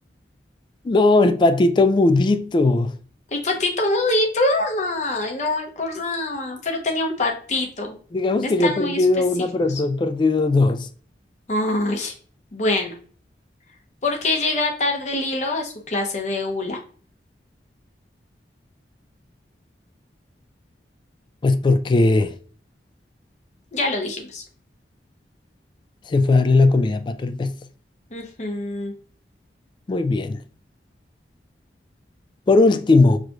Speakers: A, on the left (about 25°); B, on the left (about 40°).
A: No, el patito mudito.
B: el patito bonito. Ay, no me acordaba, pero tenía un patito.
A: Digamos
B: Están
A: que yo he perdido
B: muy específicos.
A: una, pero tú has perdido dos.
B: Ay, bueno, ¿por qué llega tarde Lilo a su clase de hula?
A: Pues porque
B: Ya lo dijimos.
A: se fue a darle la comida a Pato el pez.
B: Ujú.
A: Muy bien. Por último,